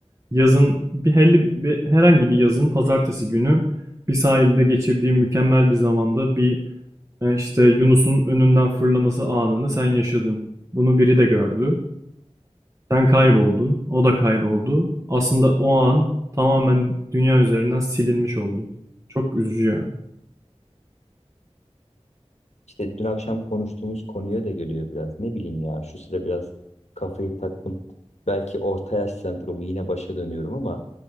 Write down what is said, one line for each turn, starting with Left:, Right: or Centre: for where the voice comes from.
Right: yazın bir helli bir herhangi bir yazın pazartesi günü bir sahilde geçirdiği mükemmel bir zamanda bir e, işte Yunus'un önünden fırlaması anını sen yaşadın. Bunu biri de gördü. Sen kayboldun, o da kayboldu. Aslında o an tamamen dünya üzerinden silinmiş oldu. Çok üzücü ya.
Left: İşte dün akşam konuştuğumuz konuya da geliyor biraz. Ne bileyim ya şu sıra biraz kafayı taktım. Belki orta yaş sendromu yine başa dönüyorum ama